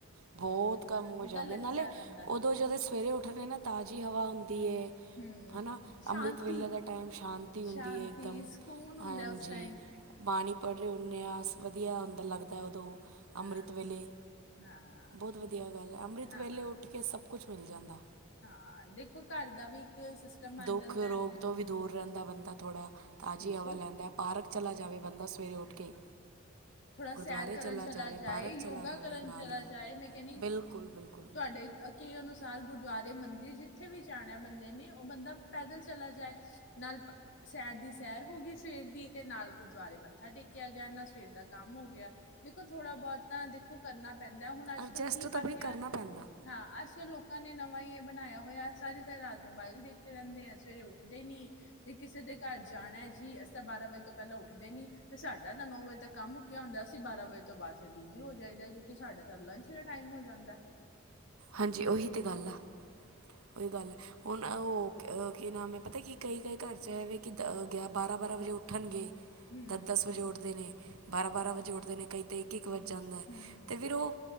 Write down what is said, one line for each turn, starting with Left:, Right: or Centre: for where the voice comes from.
Right: ਬਹੁਤ ਕੰਮ ਹੋ ਜਾਂਦੇ
Left: ਲਟਕਿਆ
Right: ਨਾਲੇ
Left: ਰਹਿੰਦਾ
Right: ਉਦੋਂ ਜਦੋਂ ਸਵੇਰੇ ਉੱਠਣੇ ਨਾ ਤਾਜ਼ੀ ਹਵਾ ਹ ਦੀਏ
Left: ਹੂੰ
Right: ਹਨਾ
Left: ਸ਼ਾਂਤੀ
Right: ਅੰਮ੍ਰਿਤ ਵੇਲੇ ਦਾ ਟਾਈਮ ਸ਼ਾਂਤੀ ਹੁੰਦੀ
Left: ਸ਼ਾਂਤੀ
Right: ਹੈ ਇਕਦਮ
Left: ਸਕੂਨ ਹੁੰਦਾ
Right: ਹਾਂਜੀ
Left: ਉਸ ਟਾਈਮ
Right: ਬਾਣੀ ਪੜ੍ਹ ਰਹੇ ਹੁੰਨਦੇ ਆ ਵਧੀਆ ਹੁੰਦਾ ਲੱਗਦਾ ਉਦੋਂ ਅੰਮ੍ਰਿਤ
Left: ਹਾਂ
Right: ਵੇਲੇ
Left: ਹਾਂ
Right: ਬਹੁਤ ਵਧੀਆ ਗੱਲ ਹੈ ਅੰਮ੍ਰਿਤ
Left: ਹਾਂ
Right: ਵੇਲੇ ਉੱਠ ਕੇ ਸਭ ਕੁਛ ਮਿਲ ਜਾਂਦਾ
Left: ਹਾਂ ਦੇਖੋ ਘਰ ਦਾ ਵੀ ਇੱਕ ਸਿਸਟਮ ਬਣ
Right: ਦੁੱਖ
Left: ਜਾਂਦਾ ਹੈ।
Right: ਰੋਗ ਤੋਂ ਵੀ ਦੂਰ ਰਹਿੰਦਾ ਬੰਦਾ ਥੋੜ੍ਹਾ ਤਾਜ਼ੀ
Left: ਬਿਲਕੁਲ
Right: ਹਵਾ ਲੈਂਦਾ ਹੈ ਪਾਰਕ ਚਲਾ ਜਾਵੇ ਬੰਦਾ ਸਵੇਰੇ ਉੱਠ ਕੇ।
Left: ਥੋਡਾ
Right: ਗੁਰਦੁਆਰੇ
Left: ਸੈਰ ਕਰਨ ਚਲਾ
Right: ਜਾਵੇ
Left: ਜਾਏ
Right: ਪਾਰਕ
Left: ਯੋਗਾ
Right: ਚਲਾ ਜਾਵੇ
Left: ਕਰਨ
Right: ਨਾਲ
Left: ਚਲਾ
Right: ਹੀ
Left: ਜਾਏ ਮੈਂ ਕਹਿੰਦੀ
Right: ਬਿਲਕੁਲ ਬਿਲਕੁਲ
Left: ਤੁਹਾਡੇ। ਕੀ ਉਹਨੂੰ। ਸਾਰ ਗੁਰਦੁਆਰੇ ਮੰਦਿਰ ਜਿੱਥੇ ਵੀ ਜਾਣਾ ਬੰਦੇ ਨੇ ਉਹ ਬੰਦਾ ਪੈਦਲ ਚਲਾ ਜਾਏ ਨਾਲ। ਸੈਰ ਦੀ ਸੈਰ ਹੋ ਗਈ ਸਵੇਰ ਦੀ ਤੇ ਨਾਲ ਗੁੜ ਗੁਰੂਦਵਾਰੇ ਮੱਥਾ ਟੇਕਿਆ ਗਿਆ ਨਾਲ ਸਵੇਰ ਦਾ ਕੰਮ ਹੋ ਗਿਆ ਦੇਖੋ ਥੋੜਾ ਬਹੁਤ ਤਾਂ ਦੇਖੋ ਕਰਨਾ। ਪੈਂਦਾ ਹੁਣ ਅੱਜ
Right: ਐਡਜਸਟ
Left: ਕੱਲ ਕੀ
Right: ਤਾਂ
Left: ਬਣ
Right: ਬਈ
Left: ਗਿਆ
Right: ਕਰਨਾ ਪੈਂਦਾ
Left: ਹਾਂ ਅੱਜ ਕੱਲ ਲੋਕ। ਨੇ ਨਵਾਂ ਹੀ ਬਣਾਇਆ ਹੋਇਆ ਸਾਰੀ ਸਾਰੀ ਰਾਤ ਮੋਬਾਇਲ ਦੇਖਦੇ ਰਹਿੰਦੇ ਐ ਸਵੇਰੇ ਉੱਠਦੇ ਨੀ ਵੀ ਕਿਸੇ ਦੇ ਘਰ ਜਾਣਾ ਹੈ ਜੀ ਅਸੀਂ ਬਾਰਾਂ ਵਜੇ ਤੋਂ ਪਹਿਲਾਂ ਉੱਠ ਦੇ ਨੀ ਤੇ ਸਾਡਾ ਤਾਂ ਨੌ ਵਜੇ ਤੱਕ ਕੰਮ ਮੁੱਕਿਆ ਹੁੰਦਾ ਅਸੀਂ ਬਾਰਾਂ ਵਜੇ ਤੋਂ ਬਾਦ ਬਿਜੀ ਹੋ ਜਾਈਦਾ ਕਿਉਂਕਿ ਸਾਡਾ ਤਾਂ। ਲੰਚ ਦਾ ਟਾਈਮ ਹੋ ਜਾਂਦਾ।
Right: ਹਾਂਜੀ ਉਹੀ ਤੇ ਗੱਲ ਆ। ਉਹੀ ਗੱਲ ਹੁਣ ਉਹ ਕੀ ਨਾਮ ਹੈ ਪਤਾ ਕੀ ਕਈ ਕਈ ਘਰ ਚ ਇਹ ਵੇ ਕਿ ਬਾਰਾਂ ਬਾਰਾਂ। ਵਜੇ ਉੱਠਣਗੇ
Left: ਹੂੰ
Right: ਦਸ ਦਸ ਵਜੇ ਉੱਠਦੇ ਨੇ ਬਾਰਾਂ ਬਾਰਾਂ ਵਜੇ ਉੱਠਦੇ ਨੇ ਕਈ ਤੇ ਇੱਕ ਇੱਕ ਵਜੇ। ਜਾਂਦਾ ਹੈ
Left: ਹੂੰ,
Right: ਤੇ ਫਿਰ ਉਹ।